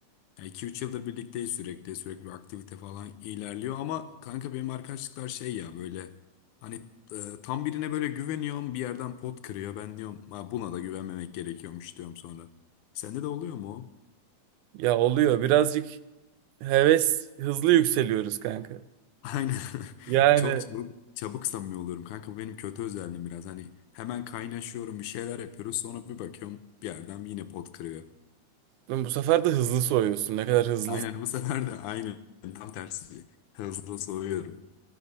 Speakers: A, on the left; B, on the right.
A: Ya 2-3 yıldır birlikteyiz sürekli. Sürekli bir aktivite falan ilerliyor. Ama kanka benim arkadaşlıklar şey ya böyle hani e, tam birine böyle güveniyorum. Bir yerden pot kırıyor. Ben diyorum ha, buna da güvenmemek gerekiyormuş diyorum sonra. Sende de oluyor mu? o?
B: Ya oluyor birazcık Heves hızlı yükseliyoruz kanka.
A: Aynen. <laughs>
B: Yani
A: Çok çabuk, çabuk samimi oluyorum. Kanka bu benim kötü özelliğim biraz. Hani hemen kaynaşıyorum bir şeyler yapıyoruz. Sonra bir bakıyorum bir yerden yine pot kırıyor.
B: bu sefer de hızlı soğuyorsun. Ne kadar hızlı.
A: Aynen bu sefer de aynen tam tersi hızlı soğuyorum.